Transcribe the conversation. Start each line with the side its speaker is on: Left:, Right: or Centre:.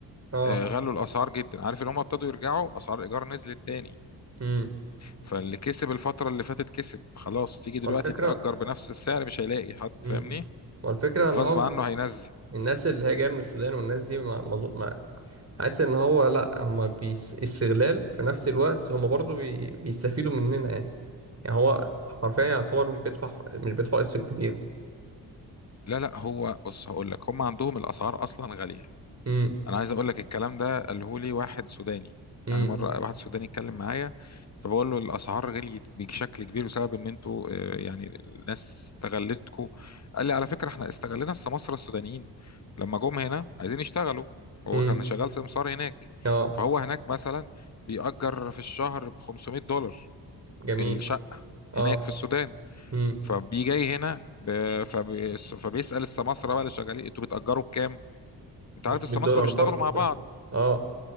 Right: اه
Left: آه، غلوا الاسعار جدا عارف اللي هم ابتدوا يرجعوا اسعار الايجار نزلت تاني
Right: امم
Left: فاللي كسب الفتره اللي فاتت كسب خلاص تيجي دلوقتي
Right: والفكرة
Left: تأجر بنفس السعر مش هيلاقي حد
Right: امم
Left: فاهمني
Right: والفكرة اللي
Left: غصب
Right: هو
Left: عنه هينزل
Right: الناس اللي هي جاية من السودان والناس دي ما ما أظن- حاسس ان هو لا هما بيس... استغلال في نفس الوقت هما برضو بي... بيستفيدوا مننا يعني يعني هو حرفيا يعتبر مش بيدفع مش بيدفع قسط كبير
Left: لا لا هو بص هقول لك هم عندهم الاسعار اصلا غاليه
Right: امم
Left: انا عايز اقول لك الكلام ده قاله لي واحد سوداني
Right: امم
Left: يعني مره واحد سوداني اتكلم معايا فبقول له الاسعار غليت بشكل كبير بسبب ان انتوا آه، يعني الناس استغلتكم قال لي على فكره احنا استغلنا السماسره السودانيين لما جم هنا عايزين يشتغلوا هو
Right: امم
Left: كان شغال سمسار هناك
Right: اه
Left: فهو هناك مثلا بيأجر في الشهر ب 500 دولار
Right: جميل
Left: الشقه
Right: اه
Left: هناك في السودان
Right: امم
Left: فبيجي جاي هنا ب- فبي- فبيسأل السماسرة بقى اللي شغالين انتوا بتأجروا بكام؟ انت
Right: 500
Left: عارف السماسرة
Right: دولار
Left: بيشتغلوا
Right: برضه
Left: مع بعض
Right: <laughs> اه